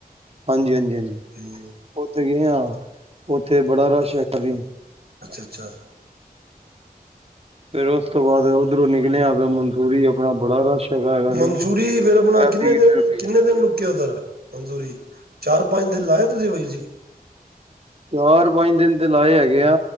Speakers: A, on the right; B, on the right.
A: ਹਾਂਜੀ -ਹਾਂਜੀ- ਹਾਂਜੀ
B: ਹਮ
A: ਉਥੇ ਗਏ ਹਾਂ ਉੱਥੇ ਬੜਾ ਰਸ਼ ਹੈ ਕ ਵੀ
B: ਅੱਛਾ -ਅੱਛਾ।
A: ਫੇਰ ਉਸ ਤੋਂ ਬਾਅਦ ਉੱਧਰੋਂ ਨਿਕਲਿਆ, ਫਿਰ ਮਨਸਰੀ ਆਪਣਾ ਬੜਾ ਰਸ਼ ਹੈਗਾ ਹੈਗਾ
B: ਮਨਸੂਰੀ
A: ਸੀ।
B: ਫੇਰ ਆਪਣਾ
A: ਟ੍ਰੈਫਿਕ
B: ਕਿੰਨੇ
A: ਹੀ ਟ੍ਰੈਫਿਕ।
B: ਦਿਨ- ਕਿੰਨੇ ਦਿਨ ਰੁਕੇ ਓਧਰ ਮਨਸੂਰੀ ਚਾਰ -ਪੰਜ ਦਿਨ ਲਾਏ ਤੁਸੀਂ ਬਈ ਸੀ।
A: ਚਾਰ ਪੰਜ ਦਿਨ ਤੇ ਲਾਏ ਹੈਗੇ ਆ